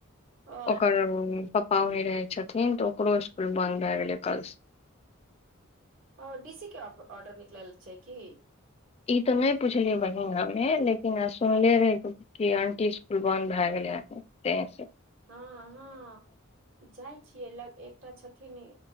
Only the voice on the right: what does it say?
ओ
ओ डी सी के ऑर्डर निकलल छै कि
हँ हँ जाइ छियै ल एकटा छथिन